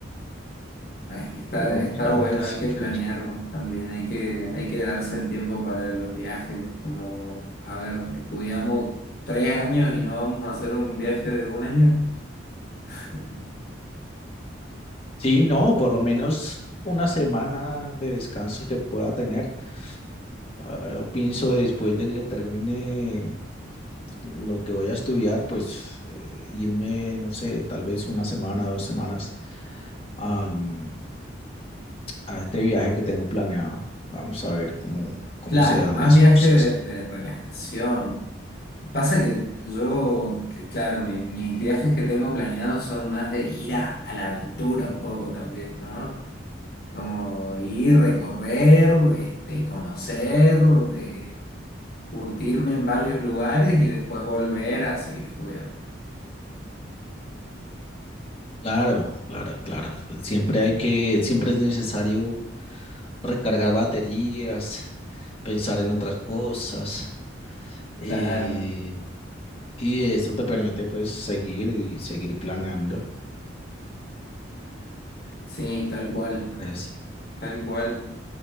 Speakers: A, on the left; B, on the left.
A: Ah, Es que
B: Sí,
A: está,
B: vamos
A: está
B: a
A: bueno,
B: ver qué se
A: hay que
B: puede.
A: planearlo también, hay que, hay que darse el tiempo para los viajes, como, a ver, estudiamos tres años y no vamos a hacer un viaje de un año. <laughs>
B: Sí, no, por lo menos una semana de descanso que pueda tener. Ah, Yo pienso después de que termine lo que voy a estudiar, pues eh, irme, no sé, tal vez una semana, dos semanas a, mm, a este viaje que tengo planeado. Vamos a ver cómo, cómo
A: Claro,
B: se dan
A: más
B: las
A: viaje
B: cosas.
A: de, de relajación. Pasa que yo, que claro, mi- mis viajes que tengo planeados son más de ir a, a la aventura un poco también, ¿no? Como ir, recorrer, este, conocer, eh, curtirme en varios lugares y después volver a seguir estudiando.
B: Claro, claro, claro. Siempre hay que, siempre es necesario recargar baterías, pensar en otras cosas, eh,
A: Claro.
B: y eso te permite pues seguir y seguir planeando,
A: Sí, tal cual,
B: ¿no crees?
A: tal cual.